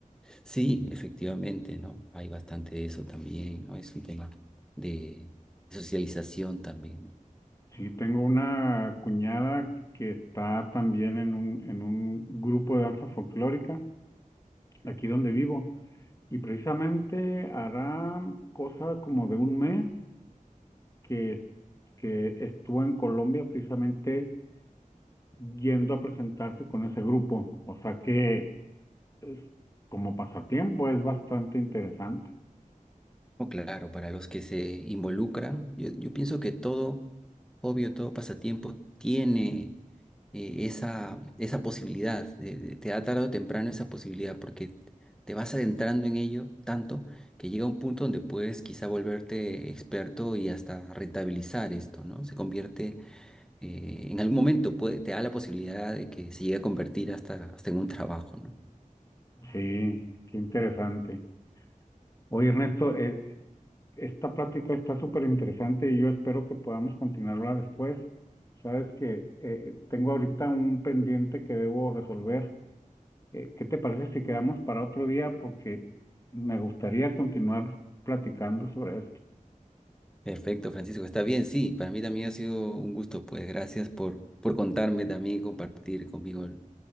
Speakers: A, in the centre; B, on the left (about 25°).
A: sí, efectivamente, ¿no? Hay bastante de eso también, ¿no? Es un tema de socialización también,
B: Sí, tengo una cuñada que está también en un, en un grupo de danza folclórica, aquí donde vivo, y precisamente hará cosa como de un mes que, que estuvo en Colombia precisamente yendo a presentarse con ese grupo. O sea que es- como pasatiempo es bastante interesante.
A: No, claro, para los que se involucran, yo, yo pienso que todo, obvio, todo pasatiempo tiene eh, esa, esa posibilidad, de- de- te da tarde o temprano esa posibilidad, porque te vas adentrando en ello tanto que llega un punto donde puedes quizá volverte experto y hasta rentabilizar esto, ¿no? Se convierte, eh, en algún momento puede, te da la posibilidad de que se llegue a convertir hasta, hasta en un trabajo, ¿no?
B: Sí, qué interesante. Oye, Ernesto, eh, esta plática está súper interesante y yo espero que podamos continuarla después. Sabes que eh, tengo ahorita un pendiente que debo resolver. Eh, ¿qué te parece si quedamos para otro día? Porque me gustaría continuar platicando sobre esto.
A: Perfecto, Francisco, está bien, sí, para mí también ha sido un gusto, pues gracias por, por contarme también y compartir conmigo el,